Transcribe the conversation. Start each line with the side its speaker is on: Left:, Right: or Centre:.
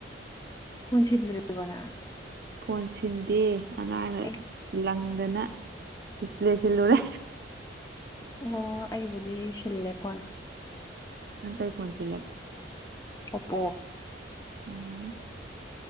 Left: ꯐꯣꯟ ꯁꯤꯟꯗꯔꯤꯕ‌ꯣ ꯅꯪ
Right: ꯐꯣꯟ ꯁꯤꯟꯗꯦ ꯑꯉꯥꯡꯅ
Left: ꯑꯩ
Right: ꯂꯪꯗꯅ ꯗꯤꯁꯄ꯭ꯂꯦ ꯁꯤꯜꯂꯨꯔꯦ
Left: ꯑꯣ ꯑꯩꯕꯨꯗꯤ ꯁꯤꯜꯂꯦ ꯐ‌ꯣꯟ
Right: ꯅꯪ ꯀꯩ ꯐꯣꯟ ꯁꯤꯜꯂ‌ꯦ
Left: ꯑꯣꯄꯣ
Right: ꯎꯝ